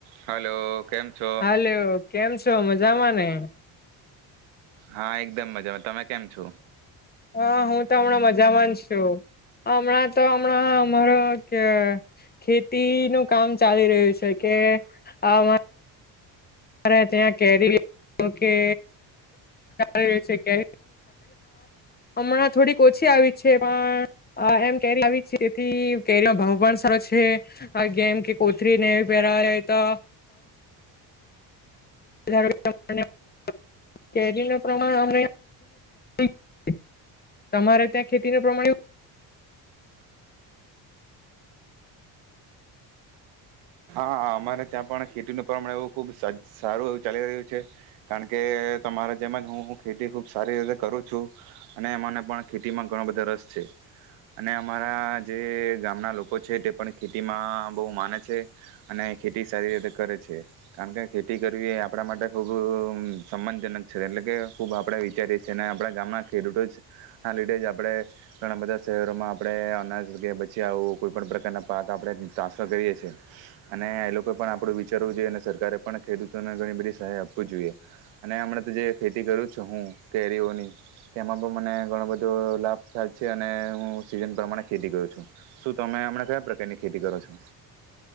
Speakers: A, on the right; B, on the left.
A: Hello. કેમ છો
B: hello કેમ છે. છો મજામાંને.
A: હા એકદમ મજામાં તમે કેમ છો.
B: હા હું તો હમણાં મજામાંન છું હમણાં તો હમણાં અમારો કે ખેતી નું કામ ચાલી રહ્યું છે કે આ અરે ત્યાં કેરી કે રહ છે કે હમણાં થોડીક ઓછી આવી છે પણ એમ કેરી આવી તેથી કેરીનો ભાવ પણ સારો છે જેમ કે કોથરી નેવી પહેરા તો <unintelligible> ન પ્રમાણ <unintelligible> તમારે ત્યાં ખેતીનું પ્રમાણવું.
A: હા અમારે ત્યાં પણ ખેતીનું પ્રમાણ એવું ખૂબ સારું એવું ચાલી રહ્યું છે કારણ કે તમારા જેમ જ હું ખેતી ખૂબ સારી રીતે કરું છું અને મને પણ ખેતીમાં ઘણો બધો રસ છે અને અમારા જે ગામના લોકો છે તે પણ ખેતીમાં બહુ માને છે. અને ખેતી સારી રીતે કરે છે કારણ કે ખેતી કરવી એ આપણા માટે ખૂબ સમાનજનક છે એટલે કે ખૂબ આપણે વિચારીએ છીએ અને આપણા ગામના ખેડૂતો જના લીધે જ આપણે ઘણાં બધા શહેરોમાં આપણે અનાજગ બચી આવું કોઈપણ પ્રકારના પાક આપણે ટ્રાન્સફર કરીએ છીએ. અને એ લોકોએ પણ આપણું વિચારવું જોઈએ અને સરકારે પણ ખેડૂતોને ઘણી બધી સહાય આપવી જોઈએ અને હમણે તો જે ખેતી કર્યું છ હું કેરીઓની તેમાં પણ મને ઘણો બધો લાભ થાય છે અને હું સીઝન પ્રમાણે ખેતી કરું છું શું તમે હમણા કયા પ્રકારની ખેતી કરો છો.